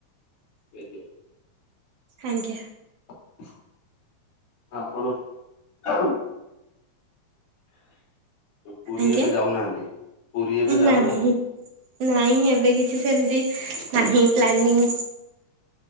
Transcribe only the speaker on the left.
ଆଜ୍ଞା!
<unintelligible> ପୁରୀ
ଏବେ ଯାଉନାହାନ୍ତି? ପୁରୀ ଏବେ ଯାଉନାହାନ୍ତି?